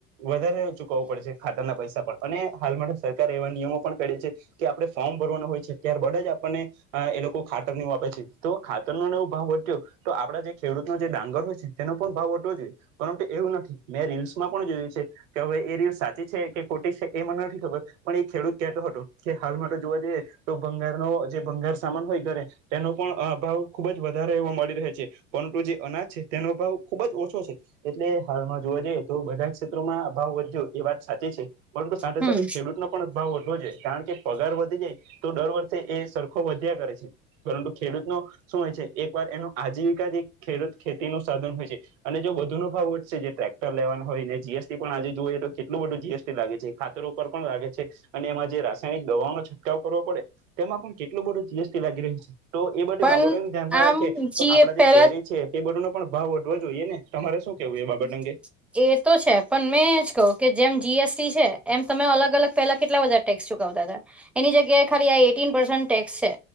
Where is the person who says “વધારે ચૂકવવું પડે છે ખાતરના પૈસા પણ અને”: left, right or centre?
Right